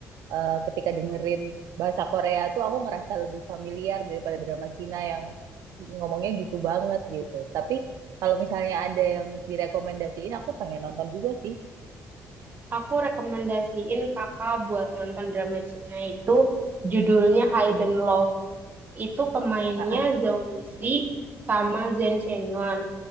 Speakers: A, on the right; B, on the right.
A: eh, ketika dengerin bahasa Korea tuh aku ngerasa lebih familiar daripada drama Cina yang ngomongnya gitu banget gitu. Tapi kalau misalnya ada yang direkomendasiin, aku pengen nonton juga sih.
B: aku rekomendasiin kakak buat nonton drama Cina itu judulnya Hidden Love itu pemainnya
A: Ah, ah,
B: Zhao Lusi sama Zhen Chenyuan